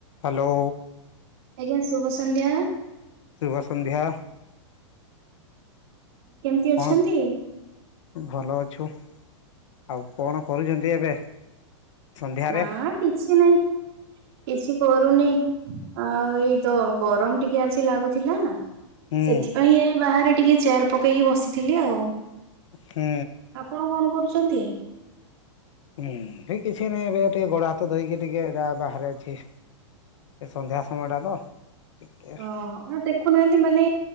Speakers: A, on the left; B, on the right.
A: Hello.
B: ଆଜ୍ଞା ଶୁଭ ସନ୍ଧ୍ୟା।
A: ଶୁଭ ସନ୍ଧ୍ୟା।
B: କେମତି
A: କ'ଣ
B: ଅଛନ୍ତି?
A: ଭଲ ଅଛୁ। ଆଉ କଣ କରୁଚନ୍ତି ଏବେ? ସନ୍ଧ୍ୟାରେ
B: ନାଁ କିଛି ନାଇଁ। କିଛି କରୁନି ଆଉ ଏଇ ତ ଗରମ ଟିକେ ଆଜି ଲାଗୁଥିଲା।
A: ହୁଁ
B: ସେଥିପାଇଁ ଏଇ ବାହାରେ ଟିକେ ଚେୟାର ପକେଇକି ବସିଥିଲି ଆଉ।
A: ହୁଁ।
B: ଆପଣ କଣ କରୁଚନ୍ତି?
A: ଉଁ ହେ କିଛି ନାହିଁ ଏବେ ଟି ଗୋଡ଼ ହାତ ଧୋଇକି ଟିକେ ଏଟା ବାହାରେ ଅଛି। ଏ ସନ୍ଧ୍ୟା ସମୟଟା ତ। ଟିକେ
B: ଅହ ନ ଦେଖୁନାହାନ୍ତି ମାନେ